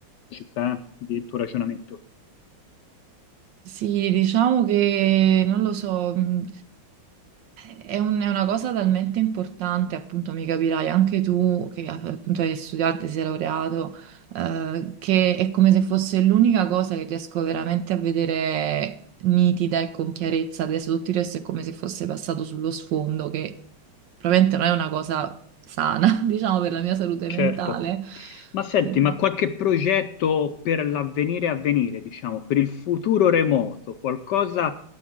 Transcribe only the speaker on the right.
Sì, diciamo che non lo so. mh, È un- è una cosa talmente importante, appunto, mi capirai anche tu che appunto hai studiato, e sei laureato, eh, che è come se fosse l'unica cosa che riesco veramente a vedere nitida e con chiarezza. Adesso tutto il resto è come se fosse passato sullo sfondo, che probabilmente non è una cosa sana, <laughs> diciamo, per la mia salute
mentale.
Sì.